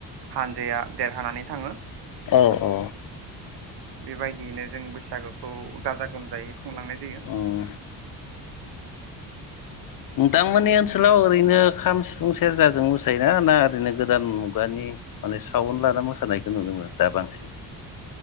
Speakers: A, on the right; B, on the left.
A: हानजाया देरहानानै थाङो ।
B: औ औ।
A: बेबायदियैनो जों बैसागोखौ गाजा गोमजायै खुंलांनाय जायो ।
B: उम नोतांमोननि ओनसोलाव ओरैनो खाम सिफुं सेरजाजों मोसायोना ना ओरैनो गोदान मुगानि माने साउन लाना मोसानायखौ नुनो मोनो दा बांसिन?